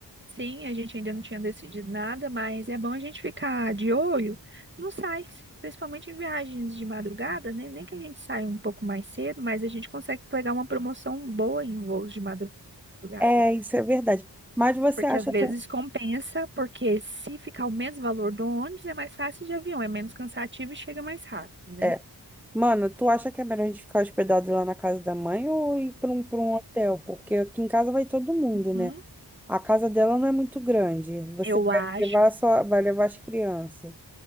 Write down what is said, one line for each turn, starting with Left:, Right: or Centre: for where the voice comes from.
Right: Sim, a gente ainda não tinha decidido nada, mas é bom a gente ficar de olho nos sites, principalmente em viagens de madrugada, né? Nem que a gente saia um pouco mais cedo, mas a gente consegue pegar uma promoção boa em voos de madrugada. porque
Centre: É, isso é verdade. Mas você
Right: Porque
Centre: acha.
Right: às vezes
Centre: tam-
Right: compensa, porque se ficar o mesmo valor do ônibus, é mais fácil de avião, é menos cansativo e chega mais rápido, né?
Centre: É. Mano, tu acha que é melhor a gente ficar hospedado lá na casa da mãe ou ir para um, para um hotel? Porque aqui em casa vai todo mundo, né?
Right: Uhum.
Centre: A casa dela não é muito grande. Você
Right: Eu acho.
Centre: vai levar só, vai levar as crianças.